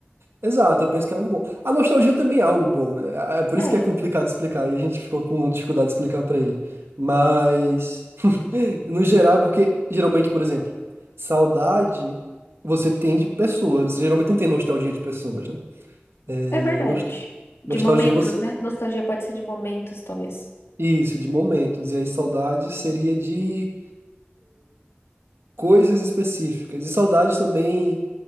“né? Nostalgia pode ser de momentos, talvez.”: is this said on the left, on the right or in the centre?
Left